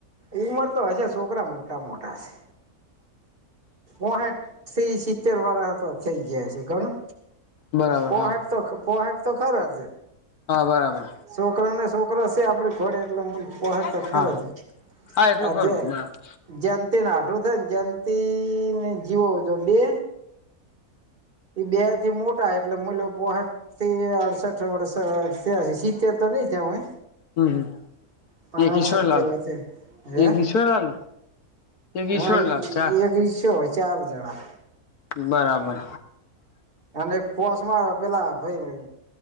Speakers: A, on the right; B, on the left.
A: ઉમર તો હશે છોકરા મોટા મોટા છે. ઓ થી સિત્તેર વાર તો થઇ ગયા છે ગણ.
B: બરાબર
A: પોહાટ
B: હા
A: તો પોહાટ તો ખર જ.
B: હા બરાબર
A: છોકરાને છોકરા છે આપડી ઘોડે એટલે પતા
B: હા
A: ખર જ.
B: હા એટલું
A: આ
B: ખરું
A: જે
B: બરાબર
A: જયંતીને આઠું થાય ને જયંતી ને જીવો જો બે. બે થી મોટા એટલે મલ પોઠ થી અડસઠ વર્ષ તે્યા શીતે તો નહી થયા હોવે.
B: હમ હમ
A: પણ
B: એક
A: અડસઠ
B: ઈશ્વરલાલ
A: જેવાય છે હે.
B: એક ઈશ્વરલાલ એક
A: હા
B: ઈશ્વરલાલ ચા
A: એક ઈસ્યો હોય ચાર જણા.
B: બરાબર.
A: અને પોસમાં પેલા ભાઈ.